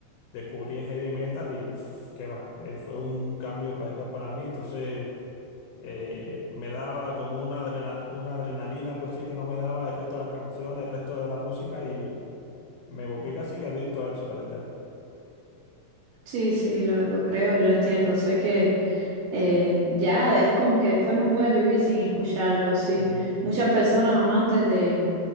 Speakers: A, on the left (about 75°); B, on the right (about 75°).
A: descubrí el heavy metal y pf, qué va, eh, fue un cambio radical para mí. Entonces eh, me daba como una, adrena- una adrenalina, cosí que no me daba el resto de las canciones, el resto de la música y me volví casi que adicto a eso, la verdad.
B: Sí, sí, lo, lo creo y lo entiendo. Sé que eh, ya es como que después no puedes vivir sin escucharlo, sí.
A: Ujú.
B: Muchas personas amantes de,